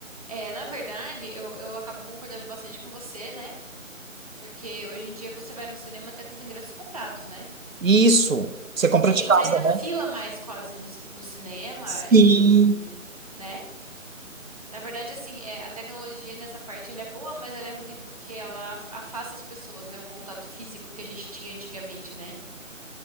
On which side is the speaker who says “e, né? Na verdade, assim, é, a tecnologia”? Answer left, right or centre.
Right